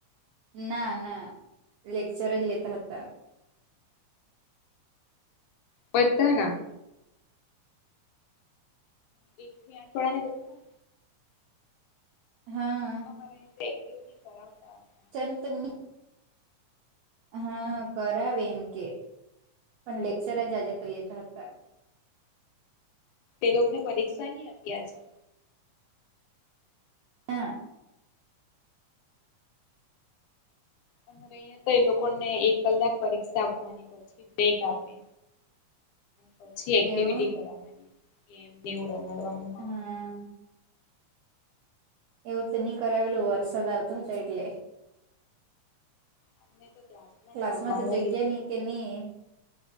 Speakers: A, on the right; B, on the left.
A: ના, ના લેક્ચર જ લેતા હતા.
B: પતાના. એકથી આઠવાડા ને બધા
A: હા.
B: અમારે એક્ટિવિટી કરાવતા હતા
A: ચતણી. હા, કરાવે એમ કે, પણ લેક્ચર જ આજે તો લેતા હતા.
B: એ લોકોએ પરીક્ષા નહીં આપી આજે.
A: હા.
B: અરે, અહીંયા તો એ લોકોને એક કલાક પરીક્ષા આપવાની, પછી બેગ આપે. પછી એક્ટિવિટી
A: એવું
B: કરવાની, ગમવું રમાડવાનું હોય.
A: હા એવું તો નહીં કરાવેલું, વરસાદ આવતો હતો એટલે.
B: અમને તો
A: ક્લાસમાં
B: જ રમાડવા
A: તો જગ્યા
B: કીધું
A: નથી કે નહીં